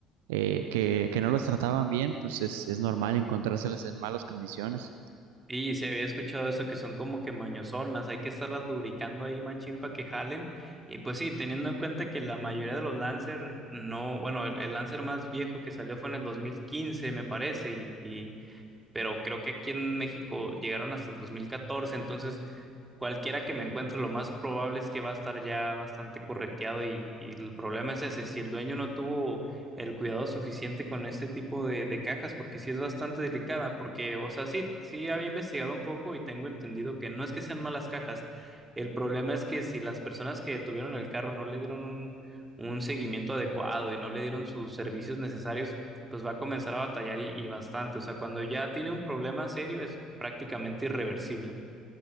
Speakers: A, on the right (about 70°); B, on the right (about 20°).
A: eh, que, que no los trataban bien, pues es, es normal encontrárselas en malas condiciones.
B: Y se había escuchado eso que son como que mañosonas, hay que estarlas lubricando ahí machín para que jalen. Y pues sí, teniendo en cuenta que la mayoría de los Lancer eh, no, bueno, el, el Lancer más viejo que salió fue en el 2015, me parece, y, y pero creo que aquí en México llegaron hasta el 2014, entonces cualquiera que me encuentre, lo más probable es que va a estar ya bastante correteado y, y el problema es ese, si el dueño no tuvo el cuidado suficiente con este tipo de, de cajas, porque sí es bastante delicada, porque, o sea, sí, sí había investigado un poco y tengo entendido que no es que sean malas cajas, el problema es que si las personas que tuvieron el carro no le dieron un... un seguimiento adecuado y no le dieron sus servicios necesarios, pues va a comenzar a batallar y, y bastante. O sea, cuando ya tiene un problema serio es prácticamente irreversible.